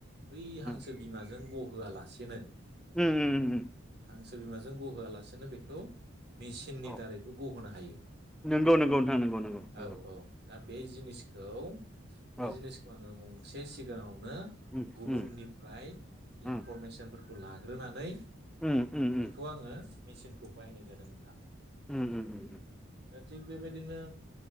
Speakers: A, on the right (about 50°); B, in the centre.
A: बै
B: उम
A: हांसो बिमाजों गहोआलासेनो
B: उम उम उम
A: हांसो बिमाजों गहोआलासेनो बेखौ मेचिननि
B: औ
A: दारैबो गहोनो हायो
B: नंगौ नंगौ नोंथां नंगौ नंगौ नंगौ
A: औ औ दा बे जिनिसखौ खौ
B: औ
A: बे जिनिसखौ आङो एसे सिगाङाव
B: उम
A: गुबुनिफ्राय
B: उम
A: इनफरमेसनफोरखौ
B: उम
A: खौ लाग्रोनानै
B: उम उम
A: बेखौ
B: उम
A: आङो। मेचिनखौ बायनाय जादों नोंथां।
B: उम उम उम।
A: दा थिग बेबायदिनो